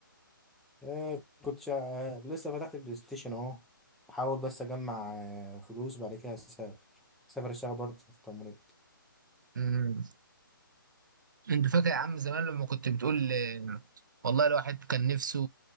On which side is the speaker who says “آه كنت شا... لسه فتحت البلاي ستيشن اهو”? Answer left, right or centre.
Centre